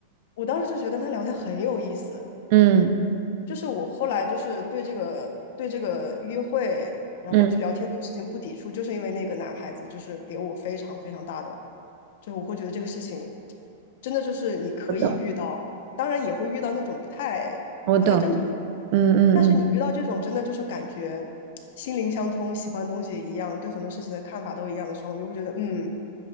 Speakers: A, on the left; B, on the right.
A: 我当时就觉得跟他聊天很有意思。
B: 嗯
A: 就是我后来就是对这个对这个约会，然后去聊天这个事情不抵触，
B: 嗯，嗯，
A: 就是因为那个男孩子就是给我非常非常大的就是我会觉得这个事情真的就是你可以遇到，
B: 我懂
A: 当然也会遇到那种不太不太正常，
B: 我懂，嗯嗯
A: 但是你遇到这种真的就是感觉心灵相通，喜欢东西一样，对很多事情的看法都一样的时候，你就会觉得，嗯，